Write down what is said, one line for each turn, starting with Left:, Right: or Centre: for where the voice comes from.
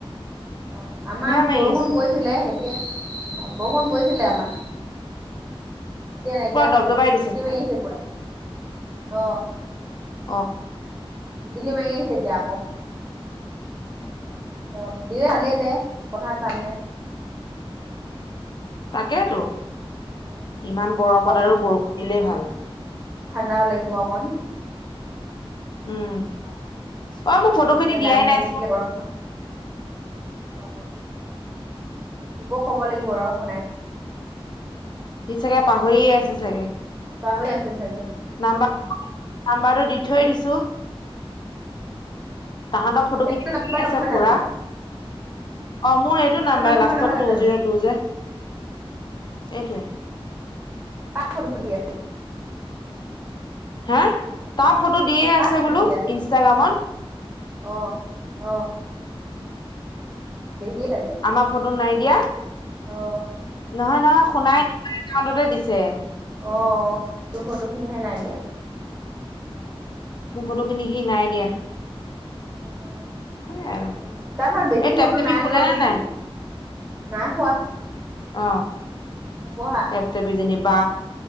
Right: অ আমাৰ
Left: মাৰি
Right: বৰষুণ
Left: আছে
Right: পৰিছিলে এতিয়া অ বৰষুণ পৰিছিলে অকমান এতিয়া নাইকিয়া
Left: পুৰা
Right: হৈছে
Left: দবদবাই দিছে
Right: বিজুলী
Left: চাগে
Right: মাৰি আছে পুৰা অ
Left: অ
Right: বিজলী মাৰি আছে এতিয়া আকৌ অ দিলে ভালেইদে পথাৰত পানী নাই
Left: তাকেইতো
Right: উম
Left: ইমান গৰমত
Right: অকণ
Left: আৰু বৰষুণ দিলেই ভাল
Right: ঠাণ্ডাও লাগিব অকণ
Left: উম
Right: বা
Left: অ মোক ফটো
Right: নহ'লে
Left: খিনি দিয়াই
Right: লাইন
Left: নাইচোন
Right: <unintelligible> অ দীপক কব লাগিব ৰ শুনাই
Left: সি চাগে পাহৰিয়ে আছে চাগে
Right: পাহৰি আছে চাগে
Left: নাম্বাৰ নাম্বাৰটো দি থৈ দিছো তাহাতৰ ফটো
Right: এইটো
Left: খিনি
Right: নম্বৰ
Left: দি আছে
Right: নহয়
Left: পুৰা
Right: জানো
Left: অ মোৰ এইটো নাম্বাৰ
Right: নম্বৰ
Left: লাষ্টত
Right: নহয় জানো
Left: টু জিঅ টু জে এইটোৱে
Right: কাক ফটো দিয়
Left: হা কাক ফটো দিয়ে
Right: কাৰ
Left: আছে
Right: ফটো
Left: বোলো
Right: দি আছে
Left: ইনষ্টাগ্ৰামত
Right: অ অ দেহিয়ে ছাগেই
Left: আমাৰ ফটো নাই দিয়া
Right: অ
Left: নহয় নহয় শুনাই এটা একাউণ্টতে দিছে
Right: অ তোৰ ফটোখিনিহে নাই দিয়া
Left: মোৰ ফটো খিনি সি নাই দিয়া
Right: অ
Left: হয়
Right: কব
Left: আৰু
Right: লাগিব তাত ঠাইত বেছি
Left: এই টেপ
Right: ফটো
Left: টেপি
Right: নাই
Left: খোলে
Right: লোৱা
Left: নে
Right: নেকি
Left: নাই
Right: নাই খোৱা
Left: অ
Right: হব হা
Left: ইহঁতে দুইজনি বা